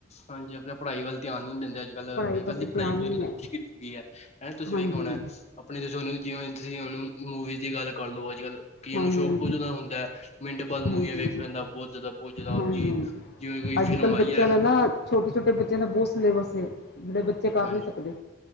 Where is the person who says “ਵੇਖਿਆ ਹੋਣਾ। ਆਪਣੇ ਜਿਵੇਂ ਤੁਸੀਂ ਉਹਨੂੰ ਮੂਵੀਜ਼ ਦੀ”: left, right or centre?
Left